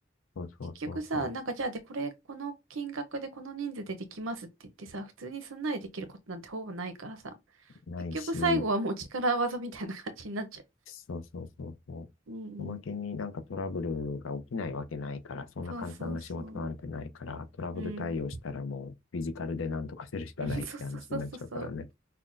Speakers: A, on the left (about 85°); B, on the right (about 80°).
A: そうそうそうそ
B: 結局さ、なんかじゃあでこれ、この金額でこの人数でできますって言ってさ、普通にすんなりできることなんてほぼないからさ、
A: う。ないし、
B: 結局最後はもう力技みたいな感じになっちゃ
A: そうそうそうそう。
B: う。うんうん。
A: おまけになんかトラブルが起きないわけないから、そんな簡単な仕事なんてないから、
B: そうそうそう。
A: トラブル対応したらもうフィジカルでなんとかするしかないって話になっちゃうからね。
B: うん。<laughs> うんそうそうそうそうそう。